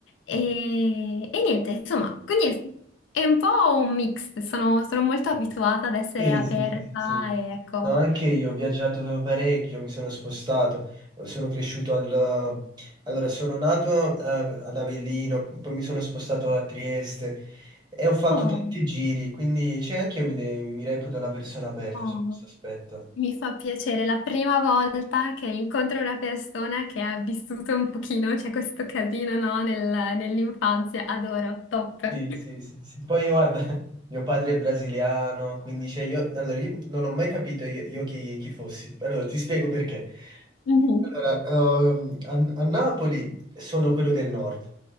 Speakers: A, on the left; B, on the right.
A: E, e niente, insomma, quindi è, è un po' un mix. Sono, sono molto abituata ad essere
B: Sì,
A: aperta
B: sì, sì, sì, sì.
A: e ecco.
B: No, anche io ho viaggiato parecchio, mi sono spostato, sono cresciuto al... Allora, sono nato eh, ad Avellino, poi mi sono spostato a Trieste e ho fatto
A: Oh,
B: tanti giri, quindi cioè, anche io mi, de- mi reputo una persona aperta
A: oh.
B: su questo aspetto.
A: Mi fa piacere, la prima volta che incontro una persona che ha vissuto un pochino, c'è questo casino, no, nel- nell'infanzia, adoro, top.
B: Sì,
A: <laughs>
B: sì, sì, sì. Poi guarda, <laughs> mio padre è brasiliano, quindi cioè, io, allora, io non ho mai capito io, io chi, chi fossi. Allora, ti spiego perché.
A: Mhm.
B: Allora, ehm, a, a Napoli sono quello del nord,